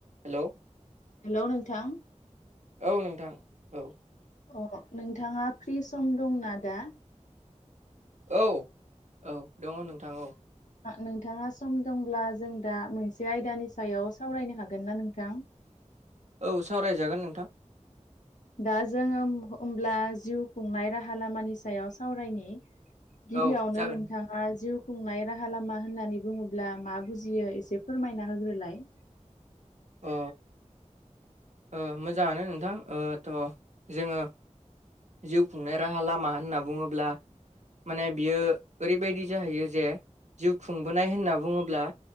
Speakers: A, on the right; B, on the left.
A: हेल'
B: हेल' नोंथां
A: औ नोंथां औ
B: अ नोंथाङा फ्रि सम दंना दा
A: औ औ दङ नोंथां औ
B: नोंथाङा सम दंब्ला जों दा मोनसे आयदानि सायाव सावरायनो हागोन ना नोंथां
A: औ सावरायजागोन नोंथां
B: दा जोङो होमब्ला जिउ खुंनाय राहा लामानि सायाव सावरायनि गिबियावनो
A: औ जागोन
B: नोंथां मा जिउ खुंनाय राहा लामा होननानै बुङोब्ला मा बुजियो एसे फोरमायना होग्रोलाय
A: अ ओ मोजाङानो नोंथां ओ थ' जोङो जिउ खुंनाय राहा लामा होनना बुङोब्ला माने बियो ओरैबायदि जाहैयो जे जिउ खुंबोनाय होनना बुङोब्ला